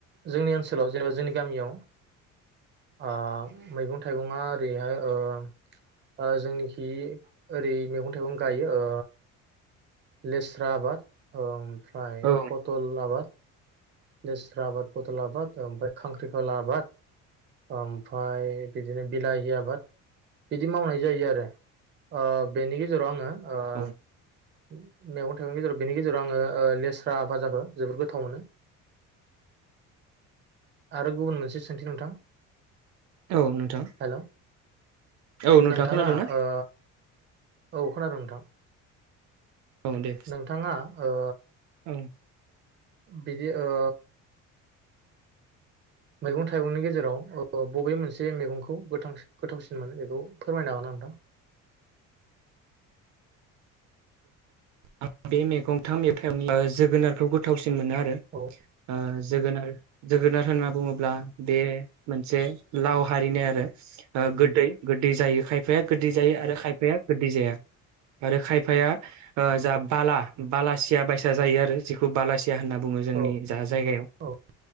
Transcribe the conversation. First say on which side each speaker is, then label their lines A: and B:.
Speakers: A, on the right; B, on the right.
A: जोंनि ओनसोलाव जेनेबा जोंनि गामियाव ओ मैगं थाइगङा ओरैहाय ओ ओ जोंनिखि ओरै मैगं थाइगं गायो ओ लेस्रा आबाद ओम फ्राय
B: औ
A: पथल आबाद लेस्रा आबाद पटल आबाद ओमफ्राय खांख्रिखला आबाद ओमफ्राय बिदिनो बिलाहि आबाद बिदि मावनाय जायो आरो ओ बेनि गेजेराव आङो ओ
B: औ
A: मेगं थाइगंनि गेजेराव बेनि गेजेराव आङो ओ लेस्रा भाजाखौ जोबोद गोथाव मोनो आरो गुबुन मोनसे सोंथि नोंथां?
B: औ नोंथां
A: हेल'
B: औ नोंथां
A: नोंथाङा
B: खोनादोंना?
A: ओ औ खोनादों नोंथां
B: औ दे
A: नोंथाङा ओ
B: औ
A: बिदि ओ मैगं थाइगंनि गेजेराव ओ बबे मोनसे मेगंखौ गोथां गोथावसिन मोनो बेखौ फोरमायनो हागोनना नोंथां?
B: आं बे <unintelligible> जोगोनारखौ गोथावसिन मोनो आरो
A: औ
B: ओ जोगोनार जोगोनार होनना बुङोब्ला बे मोनसे लाव हारिनि आरो ओ गोदै गो जायो खायफाया गोदै जायो आरो खायफाया गोदै जाया आरो खायफाया ओ जाब बाला बालासिया बायसा जायो आरो जखौ बालासि होनना बुङो जोंनि
A: औ
B: जा जायगायाव
A: औ